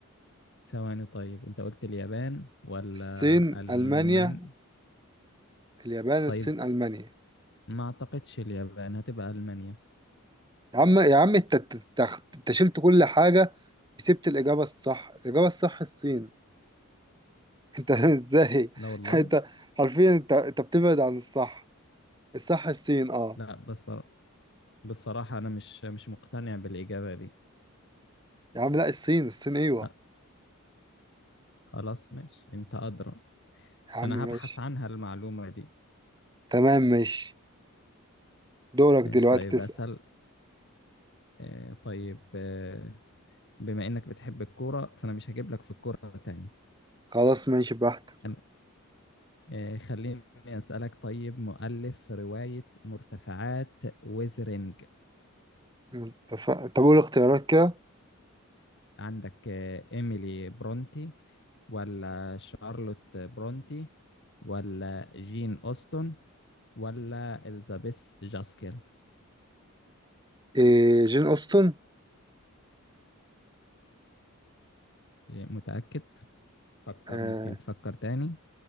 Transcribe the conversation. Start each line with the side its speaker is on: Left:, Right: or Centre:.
Left: ثواني طيب انت قلت اليابان ولا
Right: الصين
Left: المان
Right: ألمانيا اليابان
Left: طيب
Right: الصين ألمانيا
Left: ما اعتقدش اليابان هتبقى المانيا
Right: يا عم يا عم انت انت انت- انت شلت كل حاجة وسبت الإجابة الصح الإجابة الصح الصين <laughs> انت ازاي
Left: لا والله
Right: <laughs> انت حرفيا انت انت بتبعد عن الصح الصح الصين اه
Left: لا بس بصراحة انا مش مش مقتنع بالإجابة دي
Right: يا عم لا الصين الصين ايوه
Left: أه خلاص ماشي انت أدرى بس
Right: يا عم
Left: انا
Right: ماشي
Left: هبحث عنها المعلومة دي
Right: تمام ماشي دورك
Left: ماشي
Right: دلوقتي
Left: طيب
Right: تسأل.
Left: اسأل آه طيب آه، بما انك بتحب الكوره فانا مش هجيب لك في الكوره تاني
Right: خلاص ماشي براحتك
Left: انا آه، خليني اسالك طيب مؤلف روايه مرتفعات ويزرينج
Right: متفق طب قول اختيارات كده
Left: عندك آه، ايميلي برونتي ولا شارلوت برونتي ولا جين اوستن ولا اليزابيث جاسكيل
Right: إيه جين أوستن
Left: متاكد فكر
Right: آه
Left: ممكن تفكر تاني